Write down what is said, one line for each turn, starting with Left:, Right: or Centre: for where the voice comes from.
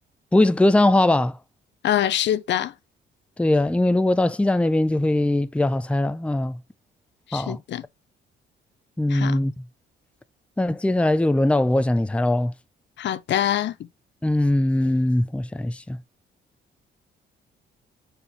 Centre: 不会是格桑花吧？
Left: 呃，是的，
Centre: 对呀、因为如果到西藏那边就会比较好猜了。嗯，
Left: 是的，
Centre: 好，嗯，
Left: 好，
Centre: 那接下来就轮到我想你猜喽。
Left: 好的，
Centre: 嗯，我想一想，